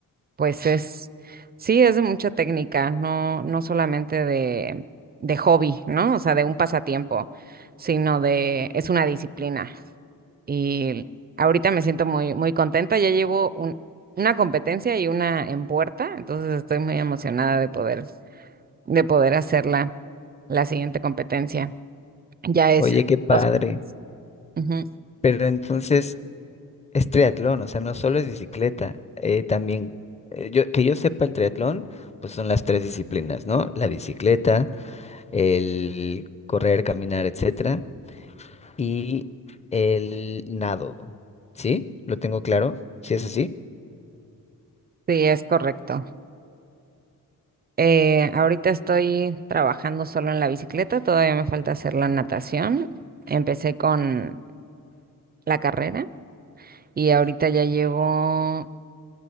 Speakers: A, on the right; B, on the left.
A: pues es, sí, es de mucha técnica, no, no solamente de, de hobby, ¿no? O sea, de un pasatiempo, sino de, es una disciplina. Y ahorita me siento muy, muy contenta, ya llevo un- una competencia y una en puerta, entonces estoy muy emocionada de poder, de poder hacer la la siguiente competencia. Ya es,
B: Oye, qué padre.
A: o sea, ujú,
B: Pero entonces es triatlón, o sea, no solo es bicicleta, eh, también, eh, yo, que yo sepa el triatlón, pues son las tres disciplinas, ¿no? La bicicleta el correr, caminar, etcétera, y el nado. ¿Sí? ¿Lo tengo claro? ¿Sí es así?
A: sí, es correcto. Eh, ahorita estoy trabajando solo en la bicicleta, todavía me falta hacer la natación. Empecé con la carrera y ahorita ya llevo